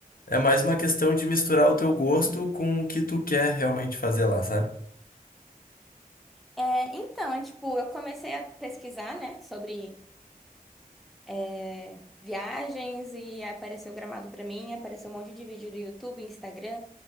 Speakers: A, on the left; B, in the centre.
A: é mais uma questão de misturar
B: Uhum.
A: o teu gosto com o que tu quer realmente fazer lá, sabe?
B: É, então, é tipo, eu comecei a pesquisar, né, sobre é, viagens e apareceu Gramado pra mim, apareceu um monte de vídeo do YouTube, Instagram,